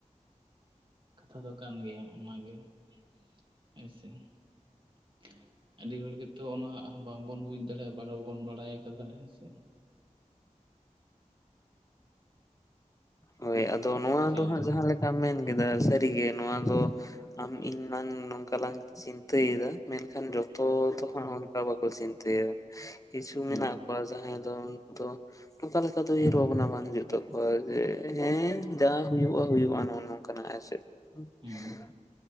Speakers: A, on the right; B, on the left.
A: ᱠᱟᱛᱷᱟ ᱫᱚ ᱠᱟᱱ ᱜᱮᱭᱟ ᱚᱱᱟᱜᱮ <unintelligible> ᱟᱹᱰᱤ ᱦᱚᱲ ᱜᱮᱛᱚ ᱚᱱᱟ ᱵᱟᱝᱵᱚᱱ ᱵᱩᱡᱽ ᱫᱟᱲᱮᱭᱟᱜᱼᱟ ᱵᱟ ᱵᱚᱱ ᱵᱟᱲᱟᱭ ᱟᱠᱟᱫᱟ ᱦᱮᱸ ᱥᱮ
B: ᱦᱳᱭ ᱟᱫᱚ ᱱᱚᱣᱟ
A: ᱥᱮ ᱪᱮᱫ
B: ᱫᱚ
A: ᱞᱮᱠᱟ
B: ᱦᱟᱸᱜ ᱡᱟᱦᱟᱸᱞᱮᱠᱟ ᱡᱟᱦᱟᱢ ᱢᱮᱱ ᱠᱮᱫᱟ ᱥᱟᱹᱨᱤᱜᱮ ᱱᱚᱣᱟ ᱫᱚ ᱟᱢ ᱤᱧ ᱱᱟᱝ ᱱᱚᱝᱠᱟ ᱚᱱᱠᱟᱞᱟᱝ ᱪᱤᱱᱛᱟᱹᱭᱮᱫᱟ ᱢᱮᱱᱠᱷᱟᱱ ᱡᱚᱛᱚ ᱫᱚᱦᱸ ᱦᱟᱜ ᱚᱱᱠᱟ ᱵᱟᱠᱚ ᱪᱤᱱᱛᱟᱹᱭᱟ ᱠᱤᱪᱷᱩ
A: ᱦᱩᱸ
B: ᱢᱮᱱᱟᱜ ᱠᱚᱣᱟ ᱡᱟᱦᱟᱸᱭ ᱫᱚ ᱩᱱᱠᱩ ᱫᱚ ᱚᱱᱠᱟ ᱞᱮᱠᱟ ᱛᱳ ᱩᱭᱦᱚᱹᱨ ᱵᱷᱟᱵᱱᱟ ᱵᱟᱝ ᱦᱩᱭᱩᱜ ᱛᱟᱠᱚᱣᱟ ᱡᱮ ᱦᱮᱸ ᱡᱟ ᱦᱩᱭᱩᱜᱼᱟ ᱦᱩᱭᱩᱜᱼᱟ ᱱᱚᱜᱼᱚ ᱱᱚᱝᱠᱟᱱᱟᱜ ᱦᱮᱥᱮ <unintelligible>
A: ᱦᱩᱸ